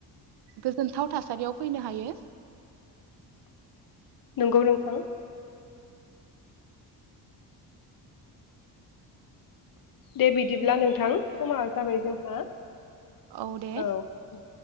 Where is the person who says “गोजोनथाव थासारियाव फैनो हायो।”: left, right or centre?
Right